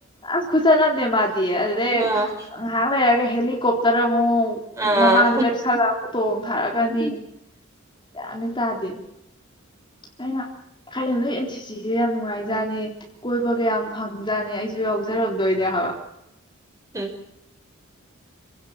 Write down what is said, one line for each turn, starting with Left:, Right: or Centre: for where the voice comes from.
Left: ꯑꯁ ꯈꯨꯆꯠ ꯑꯝꯅꯦ ꯃꯥꯗꯤ ꯑꯗꯨꯗꯩ
Right: ꯑꯥ
Left: ꯉꯍꯥꯛ ꯂꯩꯔꯒ ꯍꯦꯂꯤꯀꯣꯄꯇꯔ ꯑ ꯃꯨꯛ
Right: ꯑꯥ
Left: ꯃꯃꯥꯡꯗ ꯂꯦꯞꯁꯜꯂ ꯐꯣꯇꯣ ꯑꯃꯨꯛ ꯊꯥꯔꯛꯒꯅꯤ ꯌꯥꯝ ꯇꯥꯗꯦ ꯑꯩꯅ ꯀꯩꯅꫭ ꯅꯣꯏ ꯑꯦꯟ ꯁꯤ ꯁꯤꯖꯦ ꯌꯥꯝ ꯅꯨꯡꯉꯥꯏꯖꯥꯠꯅꯤ ꯀꯣꯏꯕ ꯀ ꯌꯥꯝ ꯐꯪꯖꯥꯠꯅꯤ ꯑꯩꯖꯨ ꯌꯥꯎꯖꯔꯝꯗꯣꯏꯅꯦ ꯍꯥꯏꯕ <inaudible>
Right: ꯎꯝ